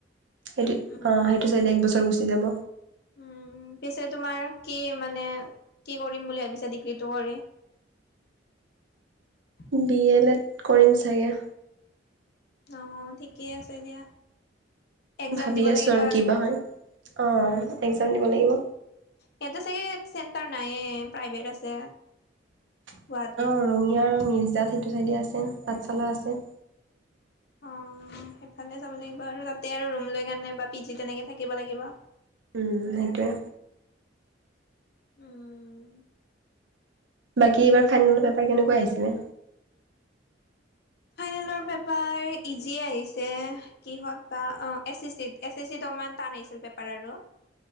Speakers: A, on the right; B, on the left.
A: সেইটো
B: উম
A: অ সেইটো চাইদে এক বছৰ গুচি যাব।
B: উম পিছে তোমাৰ কি মানে কি কৰিম বুলি ভাবিছা ডিগ্ৰীটো কৰি <inaudible>
A: বি এ লেড কৰিম চাগে
B: অ ঠিকেই আছে দিয়া এক্জাম
A: ভাবি
B: দিব
A: আছোঁ
B: লাগিব
A: আৰু কিবা হয় অ
B: উম,
A: একজাম দিব লাগিব।
B: ইয়াতে চাগে চেণ্টাৰ নাইে প্ৰাইভেট আছে।
A: অ
B: গুৱাহাটীত।
A: ৰঙিয়াৰ মিৰ্জাত সেইটো চাইডে আছে পাঠশালা আছে।
B: অ সেইফালোব লাগ আৰু তাতে আৰু লে পি জি তেনেকে থাকিব লাগিব।
A: উম সেইটোৱে।
B: উম
A: বাকী এইবাৰ ফাইনেলৰ পেপাৰ কেনেকুৱা আহিছিলে।
B: ফাইনেলৰ পেপাৰ ইজিয়ে আহিছে কিহত বা অ A C C A C চিত অকমান টান। পেপাৰ আৰু